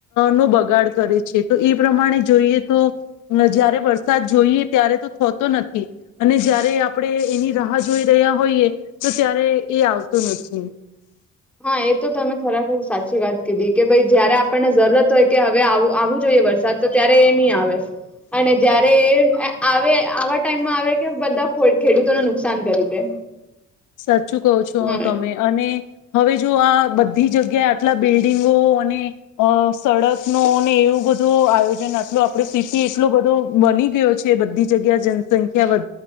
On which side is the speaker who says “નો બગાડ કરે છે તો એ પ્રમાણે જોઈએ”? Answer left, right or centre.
Left